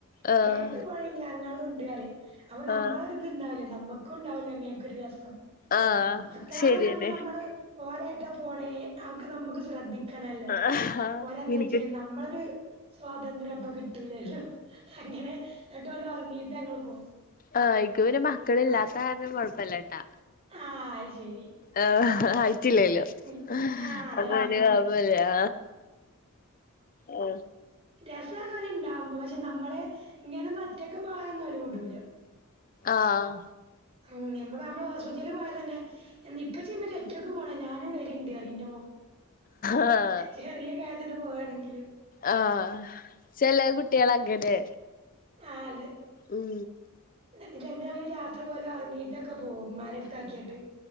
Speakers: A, on the left (about 40°); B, on the right (about 25°).
A: ആഹ്
B: <unintelligible> അവിടെ
A: ആഹ്
B: <unintelligible> ഇണ്ടാവില്ലേ നമ്മക്കും ഉണ്ടാവില്ലേ അങ്ങനെയൊക്കെ ഒരു രസം
A: ആഹ്
B: മക്കളാവു
A: ശരിയന്നെ
B: പിന്ന നമ്മൾ നമ്മള് ഓലായിട്ടാ പോണേ അതൊക്കെ നമുക്ക് ശ്രദ്ധിക്കണല്ലോ
A: ആഹ്
B: ഓരന്താ
A: എനിക്ക്
B: വച്ച നമ്മളൊരു സ്വാതന്ത്ര്യ അപ്പ കിട്ടൂലല്ലോ അങ്ങനെ എന്നിട്ട് പോലും ഇറങ്ങീട്ട് ഞങ്ങൾ പോകും
A: ആ ഇക്ക് പിന്നെ മക്കള ഇല്ലാത്ത കാരണം കൊഴപ്പില്ലട്ടാ
B: ആഹ അ ശരി
A: ആഹ ആയിട്ടില്ലല്ലോ
B: ഉം
A: <unintelligible>
B: ആഹ് അതാണ്.
A: പറയാ ആഹ
B: രസമാണ്ല ഉണ്ടാാവുമ്പോ പക്ഷെ നമ്മളെ ഇങ്ങനൊും ഒറ്റക്ക് പോകാനന്നുംല വിടുല്ല
A: ആഹ
B: ഉ ന്മ നമ്മടെ ഹോസ്പിറ്റലിൽ പോയ തന്നെ ഇപ്പൊ ചെയ്യുമ്പോ ചെറ്റോക്ക് പോേ ഞാനും വരുണ്ട് അറിന്റെ പോ
A: ആഹ്
B: ചെറിയ <unintelligible> പോകയാണെങ്കിലും
A: ആഹ ചെല കുട്ടികൾ അങ്ങനെ
B: ആ അതെ
A: ഉം
B: ചിലപ്പോ ഞങ്ങൾ യാത്ര പോലും ഇറങ്ങിയിട്ടൊക്കെ പോകും ഉമ്മാടുത്താക്കിയിട്ട്